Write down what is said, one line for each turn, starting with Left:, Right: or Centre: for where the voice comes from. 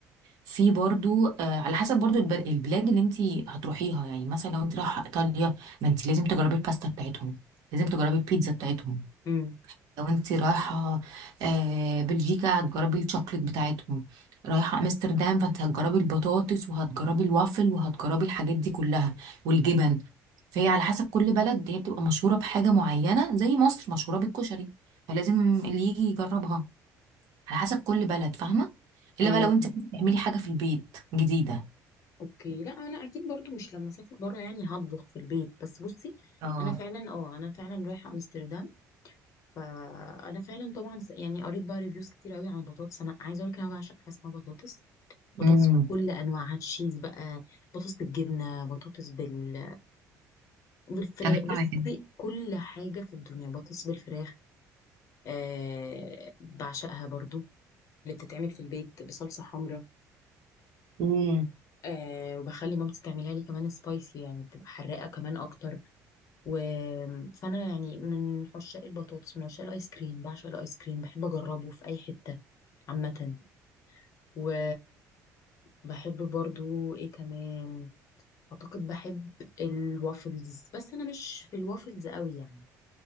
Right: في برضه آه، على حسب برضه الب- البلاد اللي انت هتروحيها يعني مثلا لو انت رايحه ايطاليا ما انت لازم تجربي الباستا بتاعتهم لازم تجربي البيتزا بتاعتهم
Left: امم
Right: لو انت رايحة آه، بلجيكا هتجربي الشوكليت بتاعتهم رايحة امستردام فانت هتجربي البطاطس وهتجربي الوافل وهتجربي الحاجات دي كلها والجبن فهي على حسب كل بلد هي بتبقى مشهورة بحاجة معينة زي مصر مشهورة بالكشري فلازم اللي يجي يجربها على حسب كل بلد فاهمة
Left: ايوه
Right: الا بقى لو انت عايزة تعملي حاجة في البيت جديدة
Left: اوكي لا انا اكيد برضو مش لما اسافر بره يعني هطبخ في البيت بس بصي
Right: اه
Left: انا فعلا اه انا فعلا رايحه امستردام فانا فعلا طبعا س- يعني قريت بقى ريفيوز كتير قوي عن البطاطس انا عايزه اقول لك انا بعشق حاجه اسمها بطاطس بطاطس
Right: امم
Left: بكل انواعها تشيز بقى بطاطس بالجبنه بطاطس بال بالفراخ
Right: انا
Left: بصي
Right: كمان
Left: كل حاجه في الدنيا بطاطس بالفراخ آه بعشقها برضو اللي بتتعمل في البيت بصلصه حمراء
Right: امم
Left: آه وبخلي مامتي تعملها لي كمان سبايسي يعني بتبقى حراقه كمان اكتر و... فانا يعني من عشاق البطاطس من عشاق الايس كريم بعشق الايس كريم بحب اجربه في اي حته عامه و بحب برضو ايه كمان اعتقد بحب الوافلز بس انا مش في الوافلز قوي يعني